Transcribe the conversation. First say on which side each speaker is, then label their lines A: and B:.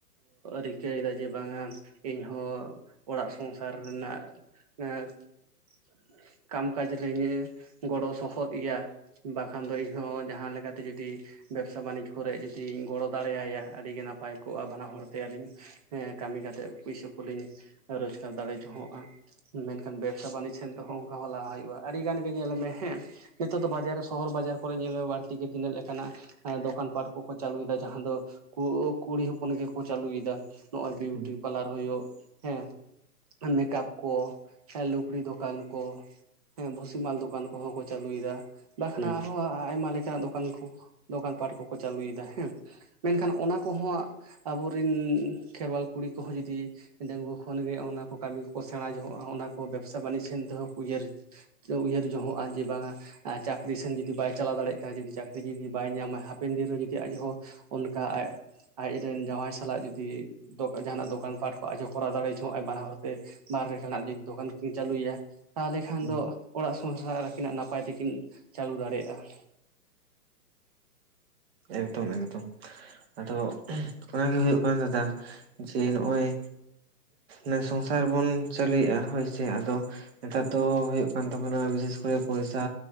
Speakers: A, on the right; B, on the right.
A: ᱨᱤᱠᱟᱹᱭᱮᱫᱟ ᱡᱮ ᱵᱟᱝᱟ ᱤᱧᱦᱚᱸ ᱚᱲᱟᱜ ᱥᱚᱝᱥᱟᱨ ᱨᱮᱱᱟᱜ ᱮᱫ <inaudible> ᱠᱟᱢ ᱠᱟᱡᱽ ᱨᱮᱧ ᱜᱚᱲᱚ ᱥᱚᱦᱚᱫ ᱮᱭᱟ ᱵᱟᱠᱷᱟᱱ ᱫᱚ ᱤᱧᱦᱚᱸ ᱡᱟᱦᱟᱸ ᱞᱮᱠᱟᱛᱮ ᱡᱩᱫᱤ ᱵᱮᱵᱽᱥᱟ ᱵᱟᱱᱤᱡᱽ ᱠᱚᱨᱮᱜ ᱡᱚᱫᱤᱧ ᱜᱚᱲᱚ ᱫᱟᱲᱮᱭᱟᱭᱟ ᱟᱹᱰᱤᱜᱮ ᱱᱟᱯᱟᱭ ᱠᱚᱜ-ᱟ ᱾ ᱵᱟᱱᱟ ᱦᱚᱲᱛᱮ ᱟᱹᱞᱤᱧ ᱦᱮᱸ ᱠᱟᱹᱢᱤ ᱠᱟᱛᱮᱜ ᱯᱩᱭᱥᱟᱹ ᱠᱚᱞᱤᱧ ᱨᱳᱡᱽᱜᱟᱨ ᱫᱟᱲᱮ ᱡᱚᱝᱚᱜ-ᱟ ᱾ ᱢᱮᱱᱠᱷᱟᱱ ᱵᱮᱵᱽᱥᱟ ᱵᱟᱱᱤᱡᱽ ᱥᱮᱱ ᱛᱮᱦᱚᱸ ᱚᱱᱠᱟ ᱦᱚᱸ ᱞᱟᱦᱟ ᱦᱩᱭᱩᱜ-ᱟ ᱟᱹᱰᱤ ᱜᱟᱱ ᱜᱮ ᱧᱮᱞ ᱢᱮ ᱦᱮᱸ ᱱᱤᱛᱚᱜ ᱫᱚ ᱵᱟᱡᱟᱨ ᱥᱚᱦᱚᱨ ᱵᱟᱡᱟᱨ ᱠᱚᱨᱮ ᱧᱮᱞ ᱢᱮ ᱵᱟᱲᱛᱤ ᱜᱮ ᱛᱤᱱᱟᱹᱜ ᱞᱮᱠᱟᱱᱟᱜ ᱫᱚᱠᱟᱱ ᱯᱟᱴ ᱠᱚᱠᱚ ᱪᱟᱹᱞᱩᱭᱮᱫᱟ ᱡᱟᱦᱟᱸ ᱫᱚ <unintelligible> ᱠᱩᱲᱤ ᱦᱚᱯᱚᱱ ᱜᱮᱠᱚ ᱪᱟᱹᱞᱩᱭᱫᱟ᱾ ᱱᱚᱜ-ᱚᱭ ᱵᱤᱭᱩᱴᱤ
B: ᱦᱩᱸ
A: ᱯᱟᱨᱞᱟᱨ ᱦᱩᱭᱩᱜ ᱦᱮᱸ ᱢᱮᱠᱟᱯ ᱠᱚ ᱦᱮᱸ ᱞᱩᱜᱽᱲᱤ ᱫᱚᱠᱟᱱ ᱠᱚ ᱦᱮᱸ ᱵᱷᱩᱥᱤ ᱢᱟᱞ ᱫᱚᱠᱟᱱ ᱠᱚᱦᱚᱸ ᱠᱚ ᱪᱟᱹᱞᱩᱭᱫᱟ᱾ ᱵᱟᱠᱷᱟᱱ
B: ᱦᱩᱸ
A: ᱟᱨᱦᱚᱸ ᱟᱭᱢᱟ ᱞᱮᱠᱟᱱᱟᱜ ᱫᱚᱠᱟᱱ ᱠᱚ ᱫᱚᱠᱟᱱ ᱯᱟᱴ ᱠᱚᱠᱚ ᱪᱟᱹᱞᱩᱭᱮᱫᱟ ᱦᱮᱸ᱾ ᱢᱮᱱᱠᱷᱟᱱ ᱚᱱᱟ ᱠᱚᱦᱚᱸ ᱟᱵᱚᱨᱤᱱ ᱠᱷᱮᱨᱣᱟᱞ ᱠᱩᱲᱤ ᱠᱚᱦᱚᱸ ᱡᱩᱫᱤ ᱰᱟᱹᱜᱩᱟᱹ ᱠᱷᱚᱱᱜᱮ ᱚᱱᱟ ᱠᱚ ᱠᱟᱹᱢᱤ ᱠᱚ ᱥᱮᱬᱟ ᱡᱚᱦᱚᱜ ᱚᱱᱟ ᱠᱚ ᱵᱮᱵᱽᱥᱟ ᱵᱟᱹᱱᱤᱡᱽᱱ ᱛᱮᱦᱚᱸ ᱠᱚ ᱩᱭᱦᱟᱹᱨ ᱩᱭᱦᱟᱹᱨ ᱡᱚᱦᱚᱜ-ᱟ ᱡᱮ ᱵᱟᱝᱟ ᱪᱟᱹᱠᱨᱤ ᱥᱮᱱ ᱡᱩᱫᱤ ᱵᱟᱭ ᱪᱟᱞᱟᱣ ᱫᱟᱲᱮᱭᱟᱜ ᱠᱟᱱᱟ ᱡᱩᱫᱤ ᱪᱟᱹᱠᱨᱤ ᱡᱩᱫᱤ ᱵᱟᱭ ᱧᱟᱢᱟ ᱦᱟᱯᱮᱱ ᱫᱤᱱ ᱨᱮ ᱡᱩᱫᱤ ᱟᱡᱦᱚᱸ ᱾ ᱚᱱᱠᱟ ᱟᱡ ᱟᱡᱨᱮᱱ ᱡᱟᱶᱟᱭ ᱥᱟᱞᱟᱜ ᱡᱩᱫᱤ ᱡᱟᱦᱟᱱᱟᱜ ᱫᱚᱠᱟᱱ ᱯᱟᱴ ᱠᱷᱚᱱ ᱟᱡᱦᱚ ᱠᱚᱨᱟᱣ ᱫᱟᱲᱮᱭ ᱱᱚᱜᱼᱚᱭ ᱵᱟᱱᱟ ᱦᱚᱲᱛᱮ ᱵᱟᱨᱮ ᱱᱟᱜ ᱡᱩᱫᱤ ᱫᱚᱠᱟᱱ ᱠᱤᱱ ᱪᱟᱹᱞᱩᱭᱟ ᱛᱟᱦᱚᱞᱮ ᱠᱷᱟᱱ
B: ᱦᱩᱸ
A: ᱫᱚ ᱚᱲᱟᱜ ᱥᱚᱝᱥᱟᱨ ᱟᱹᱠᱤᱱᱟᱜ ᱱᱟᱯᱟᱭ ᱛᱮᱠᱤᱱ ᱪᱟᱹᱞᱩ ᱫᱟᱲᱮᱭᱟᱜ-ᱟ ᱾
B: ᱮᱠᱫᱚᱢ ᱮᱠᱫᱚᱢ ᱾ ᱟᱫᱚ ᱚᱱᱟᱜᱮ ᱦᱳᱭᱳᱜ ᱠᱟᱱᱟ ᱫᱟᱫᱟ ᱡᱮ ᱱᱚᱜ-ᱚᱭ ᱱᱮ ᱥᱚᱝᱥᱟᱨ ᱵᱚᱱ ᱪᱟᱹᱞᱩᱭᱮᱜ-ᱟ ᱦᱳᱭ ᱥᱮ ᱟᱫᱚ ᱱᱮᱛᱟᱨ ᱫᱚ ᱦᱳᱭᱳᱜ ᱠᱟᱱ ᱛᱟᱵᱚᱱᱟ ᱵᱤᱥᱮᱥ ᱠᱚᱨᱮ ᱯᱚᱭᱥᱟ